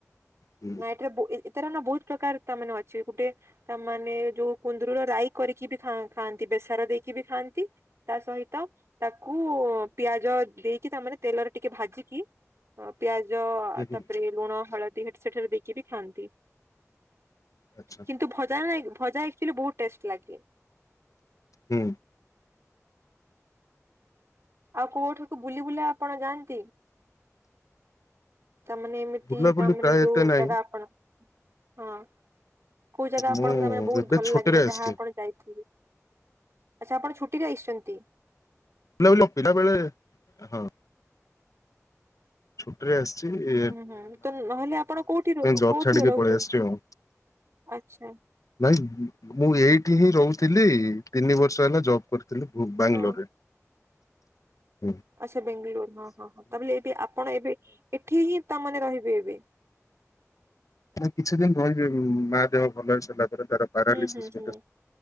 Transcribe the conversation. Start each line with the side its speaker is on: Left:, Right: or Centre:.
Left: ହୁଁ
Right: ନାଇଟରେ ବୋ ଏତର ନା ବହୁତ ପ୍ରକାର ତା ମାନେ ଅଛି ଗୁଟେ ତାମାନେ ଯୋଉ କୁନ୍ଦୁରୁ ର ରାଇ କରିକି ବି ଖାଆନ୍ତି ବେସର ଦେଇକି ବି ଖାଆନ୍ତି। ତା ସହିତ ତାକୁ ପିଆଜ ଦେଇକି ତାମାନେ ତେଲରେ ଟିକେ ଭାଜିକି। ଅ ପିଆଜ
Left: ହୁଁ ହୁଁ।
Right: ତାପରେ ଲୁଣ ହଳଦୀ ହେଠି ସେଠାରେ ଦେଇକି ବି ଖାଆନ୍ତି।
Left: ଆଚ୍ଛା
Right: କିନ୍ତୁ ଭଜା ନାଇଁକି ଭଜା ଆକଚୁଆଲି ବହୁତ ଟେଷ୍ଟ ଲାଗେ।
Left: ହୁଁ।
Right: ଆଉ କୋଉଠିକୁ ବୁଲି ବୁଲା ଆପଣ ଯାଆନ୍ତି? ତାମାନେ ଏମିତି
Left: ବୁଲାବୁଲି
Right: ତାମାନେ
Left: ପ୍ରାୟ
Right: ଯୋଉ
Left: ଏତେ ନାହିଁ।
Right: ଜାଗା ଆପଣ ହଁ। କୋଉ ଜାଗା
Left: ମୁଁ
Right: ଆପଣଙ୍କୁ ତା ମାନେ ବହୁତ
Left: ଏବେ
Right: ଭଲ
Left: ଛୁଟିରେ
Right: ଲାଗିଲା
Left: ଆସିଛି
Right: ଯାହା ଆପଣ ଯାଇଥିବେ। ଆଚ୍ଛା ଆପଣ ଛୁଟିରେ ଆସିଛନ୍ତି?
Left: ବି ଲ <inaudible> ପିିଲା ବେଳେ ହଁ ଛୁଟିରେ ଆସିଛି ଏ
Right: ହୁଁ ହୁଁ ତ ନହେଲେ ଆପଣ କୋଉଠି
Left: ଜବ୍
Right: କୋଉଠି
Left: ଛାଡିକି
Right: ରହୁଛନ୍ତି
Left: ପଳେଇ ଆସିଛି ଆଉ।
Right: ଆଛା।
Left: ନାଇଁ ମୁଁ ଏଇଠି ହିଁ ରହୁଥିଲି ତିନି ବର୍ଷ ହେଲା ଜବ୍ କରିଥିଲି ବାଙ୍ଗଲୋରରେ।
Right: ହଁ
Left: ହୁଁ।
Right: ଆଚ୍ଛା ବେଙ୍ଗାଲୋର ହଁ ହଁ ହଁ ତାବେଲେ ଏବେ ଆପଣ ଏବେ ଏଠି ହିଁ ତାମାନେ ରହିବେ ଏବେ।
Left: ମୁଁ କିଛି ଦିନ ରହିବି ମା ଦେହ ଭଲ ହେଇସାରିଲା ପରେ ତାର ପାରାଲିସିସ୍
Right: ହୁଁ ହୁଁ ହୁଁ
Left: ଗୋଟେ